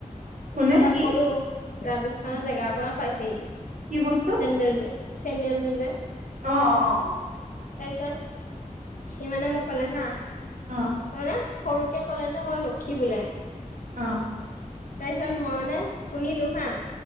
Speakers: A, on the right (about 65°); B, on the left (about 75°).
A: কোনে
B: মই তাক
A: কি
B: ক'লো ৰাজস্থানৰ জেগা অকমান পাইছেহি,
A: কি বস্তু
B: চেণ্ডেল, চেণ্ডেলযোৰ যে
A: অ', অ', অ', অ'।
B: তাৰিছত, সি মানে মোক ক'লে হা
A: অ
B: মানে সৰুকে ক'লে যে মই লক্ষী বোলে।
A: অ'।
B: তাৰপিছত মই মানে শুনিলোঁ হাঁ,